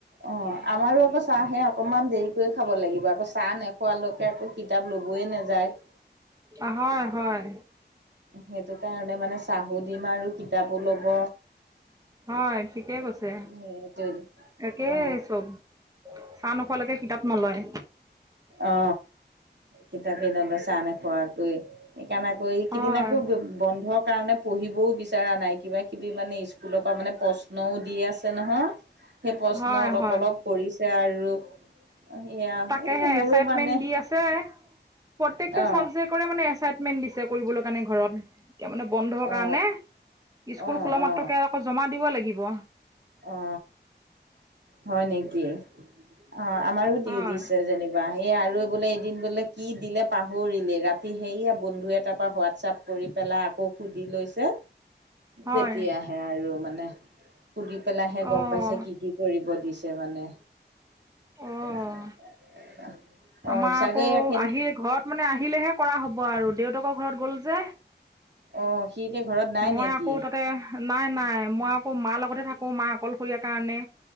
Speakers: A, on the right (about 75°); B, on the right (about 20°).
A: অ আমাৰো আকৌ চাহ হে অকনমান দেৰি কৈ খাব লাগিব আকৌ চাহ নেখোৱালৈকে আকৌ কি কিতাপ ল'বই নাযায়।
B: অ হয় হয়।
A: সেইটো কাৰণে মানে চাহো দিম আৰু কিতাপো ল'ব।
B: হয় ঠিকে কৈছে,
A: সেইটোৱে।
B: একেই
A: অ
B: এইচব চাহ নোখোৱালৈকে কিতাপ নলয়।
A: অ কিতাপে নলয় চাহ নেখোৱটোৱে। সেই কাৰণে আকৌ, এইকেইদিন
B: হয়
A: আকৌ বন্ধৰ কাৰণে পঢ়িবও বিচৰা নাই, কিবা কিবি মানে স্কুলৰ পৰা মানে প্ৰশ্নও দি আছে নহয়। সেই প্ৰশ্ন
B: হয়
A: অলপ
B: হয়
A: অলপ কৰিছে আৰু সেয়া এ
B: সে সে
A: মোৰো
B: এচাইটমেন্ত
A: মানে
B: দি আছে? প্ৰত্যেকটো
A: অ
B: চাবজেকৰে মানে এচাইট মেন্ত দিছে কৰিবলৈ কাৰণে ঘৰত, এতিয়া মানে বন্ধৰ
A: অ
B: কাৰণে। স্কুল
A: অ
B: খোলা মাত্ৰকে
A: অ
B: আকৌ জমা দিব লাগিব।
A: অ হয় নেকি? অ আমাৰো
B: হয়
A: দি দিছে যেনিব সেই আৰু বোলে এদিন বোলে কি দিলে পাহৰিলে, ৰাতি সেয়া বন্ধু এটাৰ পৰা হোৱাটছআপ কৰি পেলাই আকৌ সুধি লৈছে
B: হয়
A: তেতিয়াহে আৰু মানে। সুধি পেলাইহে গম
B: অঁ
A: পাইছে কি কি কৰিব দিছে মানে।
B: অঁ
A: <unintelligible>
B: আমাৰ আকৌ
A: কেনে
B: আহি ঘৰত মানে আহিলেহে কৰা হ'ব আৰু দেউতাকৰ ঘৰত গল যে।
A: অ সি এতিয়া ঘৰত নাই
B: মই
A: নেকি?
B: আকৌ নাই নাই মই আকৌ মাৰ লগতে থাকো মা অকলশৰীয়াৰ কাৰণে।